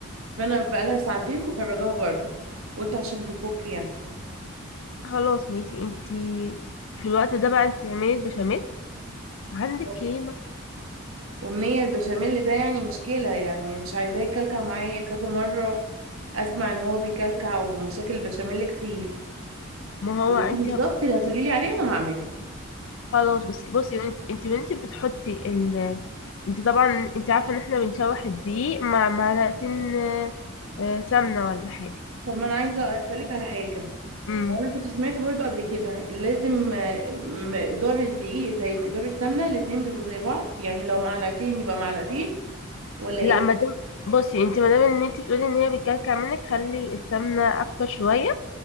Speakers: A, on the right; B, on the left.
A: فانا بقالها ساعتين مخرجاها بره قلت عشان تفك يعني
B: خلاص ماشي انت في الوقت ده بقى انت اعملي البشاميل عندك
A: أوه.
B: كريمه
A: امنيه البشاميل ده يعني مشكله يعني مش عايزاه يكلكع معايا كذا مره اسمع ان هو بيكلكع ومشاكل البشاميل كتير
B: ما هو
A: قوليلي
B: انت
A: بالظبط اللي هتقوليلي عليه انا هعمله
B: خلاص بصي بصي انت انت وانت بتحطي ال انت طبعا انت عارفه ان احنا بنشوح الدقيق مع معلقتين آه، آه، سمنه ولا حاجه
A: طب ما انا عايزه اسالك على حاجه
B: امم
A: وانا كنت سمعت برضو قبل كده لازم آه، مقدار الدقيق زي مقدار السمنه الاتنين بيبقوا زي بعض يعني لو معلقتين يبقى معلقتين ولا
B: لا
A: ايه
B: ما دام بصي انت ما دام ان انت بتقولي ان هي بتكلكع منك خلي السمنه اكتر شويه